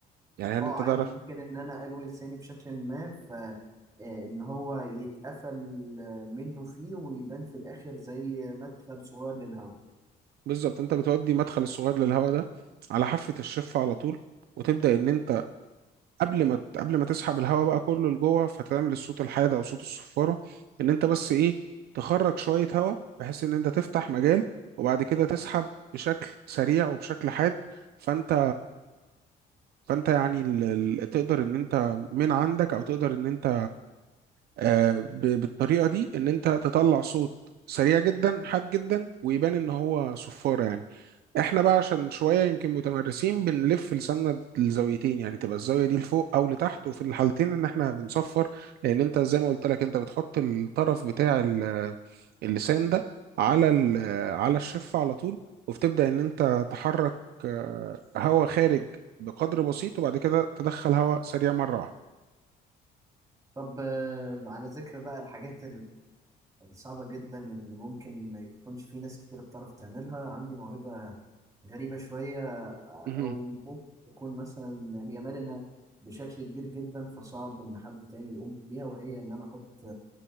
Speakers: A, on the right (about 70°); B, on the right (about 20°).
A: يعني هل
B: اه
A: انت
B: عادي
A: تعرف
B: ممكن ان انا الوي لساني بشكل ما ف آه، ان هو يتقفل منه فيه ويبان في الاخر زي مدخل صغير للهواء
A: بالظبط انت بتودي مدخل الصغير للهواء ده على حافه الشفه على طول وتبدا ان انت قبل ما قبل ما تسحب الهواء بقى كله لجوه فتعمل الصوت الحاد او صوت الصفاره ان انت بس ايه تخرج شويه هواء بحيث ان انت تفتح مجال وبعد كده تسحب بشكل سريع وبشكل حاد فانت فانت يعني ال... ال... تقدر ان انت من عندك او تقدر ان انت آه، ب- بالطريقه دي ان انت تطلع صوت سريع جدا حاد جدا ويبان ان هو صفاره يعني احنا بقى عشان شويه يمكن متمرسين بنلف لساننا الزاويتين يعني تبقى الزاويه دي لفوق او لتحت وفي الحالتين ان احنا بنصفر لان انت زي ما قلت لك انت بتحط الطرف بتاع ال- اللسان ده على ال- على الشفه على طول وبتبدا ان انت تحرك آه، هواء خارج بقدر بسيط وبعد كده تدخل هواء سريع مره واحده
B: طب آه، على ذكر بقى الحاجات صعبة جدا اللي ممكن ما يكونش في ناس كتير بتعرف تعملها عندي موهبة غريبة شوية
A: مهم.
B: أو ممكن تكون مثلا هي مرنة بشكل كبير جدا فصعب إن حد تاني يقوم بيها وهي إن أنا أحط